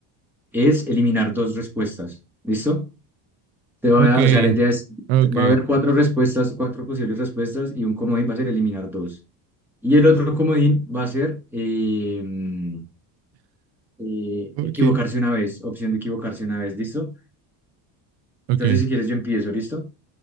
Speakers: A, in the centre; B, on the right (about 55°).
A: es eliminar dos respuestas, ¿listo? Te voy
B: Ok,
A: a- o sea, la idea es,
B: ok,
A: va a haber cuatro respuestas, cuatro posibles respuestas y un comodín va a ser eliminar dos. Y el otro comodín va a ser em, eh,
B: ok,
A: equivocarse una vez, opción de equivocarse una vez, ¿listo?
B: ok.
A: Entonces, si quieres, yo empiezo, ¿listo?